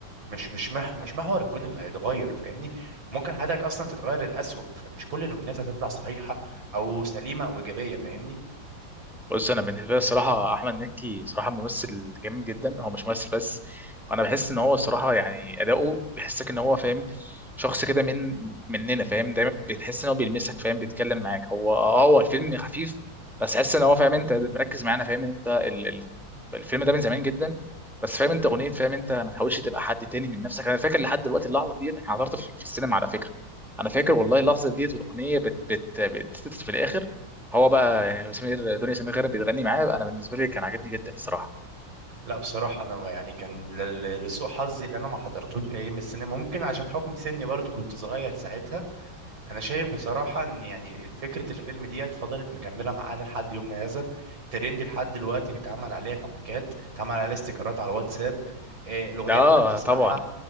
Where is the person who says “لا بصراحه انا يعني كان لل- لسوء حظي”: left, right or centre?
Right